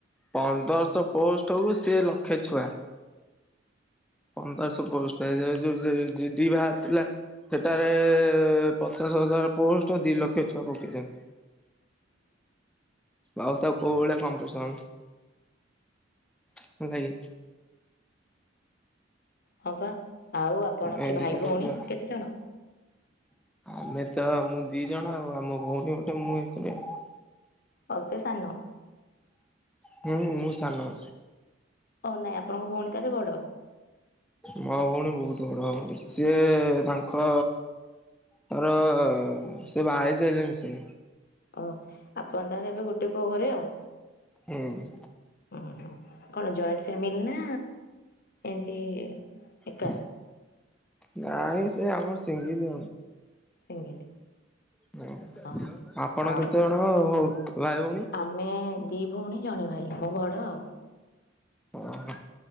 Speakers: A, in the centre; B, on the left (about 50°).
A: ପନ୍ଦରଶହ ପୋଷ୍ଟ କୁ ସିଏ ଲକ୍ଷେ ଛୁଆ। ପନ୍ଦରଶହ ପୋଷ୍ଟ ହେଇ ଯୋଉ ଯୋଉ ଯେ ଯି ଡିଭା ଥିଲା ସେଟାରେ ପଚାଶ ହଜାର ପୋଷ୍ଟ ଦି ଲକ୍ଷ ଛୁଆ ପକେଇଚନ୍ତି।
B: ହ
A: ଆଉ ତ କୋଉ ଭଳିଆ କମ୍ପିଡସନ। ହେଲାକି।
B: ହଁ ପା, ଆଉ ଆପଣ
A: ଏମିତି
B: କି ଭାଇ
A: ଚାଲିଛି
B: ଭଉଣୀ କେତେ ଜଣ?
A: ଆମେ ତ, ମୁଁ ଦି ଜଣ ଆଉ, ଆମ ଭଉଣୀ ଗୋଟେ ମୁଁ ଏକରେ ଆଉ
B: ଅ <unintelligible> ସେ ସାନ
A: ହଁ ମୁ, ମୁ, ସାନ
B: ହ ନାଇଁ, ଆପଣଙ୍କ ଭଉଣୀ ତାରେ ବଡ
A: ମୋ ଭଉଣୀ ବହୁତ ବଡ, ଭଉଣୀ, ସିଏ ତାଙ୍କ ମୋର ସେ ବାହା ହେଇ ସାଇଲେଣି ସେ
B: ଓହ, ଆପଣ ତାହାଲେ ଏବେ ଗୋଟେ ପୁଅ ଘରେ, ଆଉ
A: ହୁଁ
B: ଉଁ ହୁଁ କଣ ଜଏଣ୍ଟ ଫ୍ୟାମିଲି ନା ଏମତି ଏକା
A: ହ ନାଇଁ ସେ ଆମର ସିଙ୍ଗିଲ
B: ସିଙ୍ଗିଲି
A: <unintelligible>
B: ଓହୋ।
A: ଆପଣ
B: ଆଉ
A: କେତେ ଜଣ ହଉ ଭାଇ ଭଉଣୀ?
B: ଆମେ ଦି ଭଉଣୀ, ଜଣେ ଭାଇ, ମୁଁ ବଡ ଆଉ
A: ହ